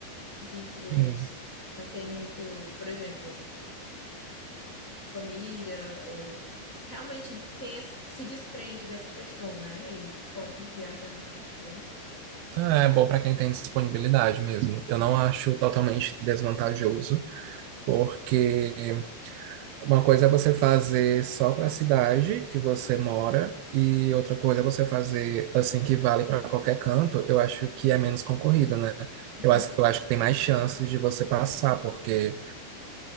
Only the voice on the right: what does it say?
Sim.
É é bom para quem tem disponibilidade mesmo. Eu não acho totalmente desvantajoso, porque Uma coisa é você fazer só para a cidade que você mora, e outra coisa é você fazer assim que vale para qualquer canto. Eu acho que é menos concorrido, né?
Eu acho, eu acho que tem mais chances de você passar, porque